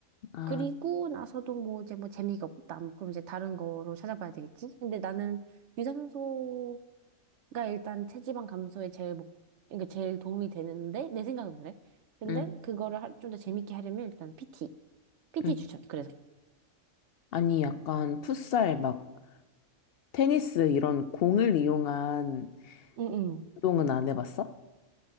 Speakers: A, on the left (about 65°); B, on the right (about 65°).
A: 아,
B: 그리고 나서도 뭐 이제 뭐 재미가 없다. 뭐 그럼 이제 다른 거로 찾아봐야 되겠지? 근데 나는 유산소가 일단 체지방 감소에 제일 목, 그러니까 제일 도움이 되는데, 내 생각은 그래. 근데
A: 응
B: 그거를 좀 더 재밌게 하려면 일단 PT. PT
A: 응.
B: 추천. 그래서.
A: 아니, 약간 풋살, 막, 테니스 이런 공을 이용한
B: 응응.
A: 운동은 안 해봤어?